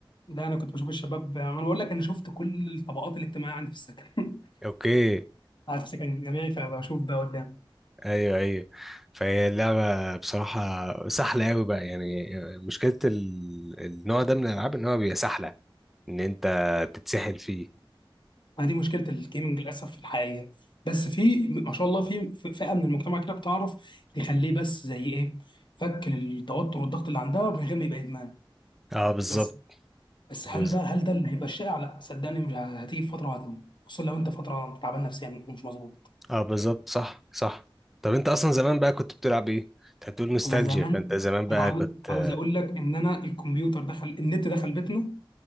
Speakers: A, on the left (about 60°); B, in the centre.
A: لا انا كنت بشوف الشباب انا بقول لك انا شفت كل الطبقات الاجتماعيه عندي في السكن
B: اوكي
A: <laughs> قاعد في سكن جامعي فبشوف ده قدام
B: ايوه ايوه فهي اللعبة بصراحة سهلة قوي بقى يعني مشكلة ال- النوع ده من الألعاب إن هو بيبقى سهلة إن أنت تتسحل فيه
A: ما دي مشكله الجيمنج للاسف الحقيقيه بس في ما شاء الله في في فئه من المجتمع كده بتعرف تخليه بس زي ايه فك للتوتر والضغط اللي عندها من غير ما يبقى ادمان
B: اه بالظبط
A: بس بس
B: بالظبط
A: هل ده هل ده اللي هيبقى الشائع لا صدقني مش ه- هتيجي في فتره وهتيجي خصوصا لو انت فتره تعبان نفسيا ومش مظبوط
B: اه بالظبط صح صح طب أنت أصلا زمان بقى كنت بتلعب إيه؟ أنت بتقول نوستالجيا
A: انا زمان
B: فأنت زمان بقى
A: انا عاوز
B: كنت
A: عاوز اقول لك ان انا الكمبيوتر دخل النت دخل بيتنا